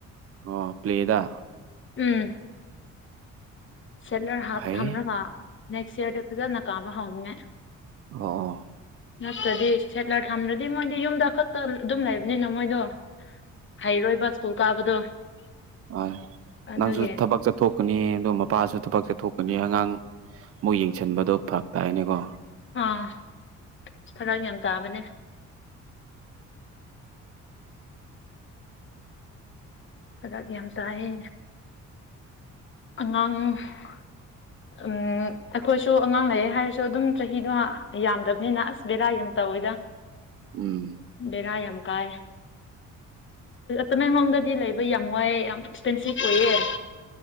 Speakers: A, on the right; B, on the left.
A: ꯑꯣ ꯄ꯭ꯂꯦꯗꯥ
B: ꯎꯝ ꯁꯦꯠꯂꯔ ꯍꯥꯞ
A: ꯐꯩ
B: ꯊꯝꯂꯒ ꯅꯦꯛꯁ ꯌꯥꯔꯗ ꯐꯖꯟꯅ ꯀꯥꯕ ꯍꯥꯎꯅꯤꯡꯉꯥꯏ
A: ꯑꯣ
B: ꯅꯠꯇ꯭ꯔꯗꯤ ꯁꯦꯠꯂꯔ ꯊꯝꯗꯗꯤ ꯃꯣꯏꯗꯤ ꯌꯨꯝꯗ ꯈꯛꯇ ꯑꯗꯨꯝ ꯂꯩꯕꯅꯤꯅ ꯃꯣꯏꯗꯣ ꯍꯩꯔꯣꯏꯕ ꯁ꯭ꯀꯨꯜ ꯀꯥꯕꯗꯣ
A: ꯍꯣꯏ
B: ꯑꯗꯨꯒꯤ
A: ꯅꯪꯁꯨ ꯊꯕꯛ ꯆꯠꯊꯣꯛꯀꯅꯤ ꯑꯗꯨ ꯄꯥꯁꯨ ꯊꯕꯛ ꯆꯠꯊꯣꯛꯀꯅꯤ ꯑꯉꯥꯡ ꯃꯨꯛ ꯌꯦꯡꯁꯤꯟꯕꯗꯣ ꯐꯔꯛ ꯇꯥꯏꯅꯦꯀꯣ
B: ꯑꯥ ꯐꯔꯛ ꯌꯥꯝ ꯇꯥꯕꯅꯦ ꯐꯔꯛ ꯌꯥꯝ ꯆꯥꯏꯌꯦ ꯑꯉꯥꯡ ꯎꯝ ꯑꯩꯈꯣꯏꯁꯨ ꯑꯉꯥꯡ ꯂꯩꯌꯦ ꯍꯥꯏꯔꯁꯨ ꯑꯗꯨꯝ ꯆꯍꯤꯗꯣ ꯌꯥꯝꯗꯝꯅꯤꯅ ꯑꯁ ꯕꯦꯔꯥ ꯌꯥꯝ ꯇꯧꯋꯤꯗ
A: ꯎꯝ
B: ꯕꯦꯔꯥ ꯌꯥꯝ ꯀꯥꯏ ꯇꯃꯦꯡꯂꯣꯡꯗꯗꯤ ꯂꯩꯕ ꯌꯥꯝ ꯋꯥꯏꯑꯦ ꯌꯥꯝ ꯑꯦꯛꯁꯄꯦꯟꯁꯤꯞ ꯑꯣꯏꯌꯦ